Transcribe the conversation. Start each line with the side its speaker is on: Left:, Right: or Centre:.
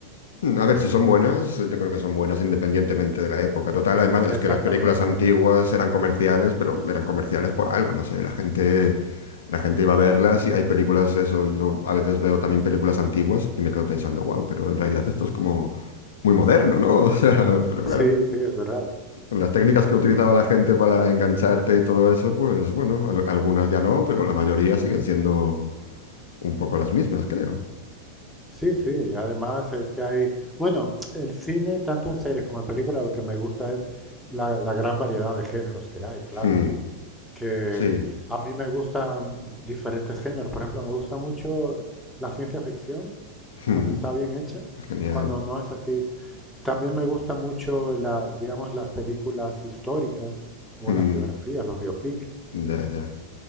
Left: Mm, A ver, si son buenas, yo creo que son buenas independientemente de la época. Total, además es
Centre: Exactamente.
Left: que las películas antiguas eran comerciales, pero eran comerciales por algo, no sé, la gente, la gente iba a verlas y hay películas, eso, yo a veces veo también películas antiguas y me quedo pensando, wow, pero en realidad esto es como muy moderno, ¿no? <laughs> O sea, pero claro,
Centre: Sí, sí, es verdad.
Left: las técnicas que utilizaba la gente para engancharte y todo eso, pues bueno, al- algunas ya no, pero la mayoría siguen siendo un poco las mismas, creo.
Centre: Sí, sí, además es que hay, bueno, el cine, tanto en series como en películas, lo que me gusta es la, la gran variedad de géneros que hay, claro.
Left: Mm,
Centre: que
Left: sí,
Centre: a mí me gustan diferentes géneros. Por ejemplo, me gusta mucho la ciencia ficción
Left: Mm,
Centre: cuando está bien hecha,
Left: genial.
Centre: cuando no es así. También me gusta mucho la, digamos, las películas históricas o
Left: Mm.
Centre: las biografías, los biopic.
Left: Ya, ya.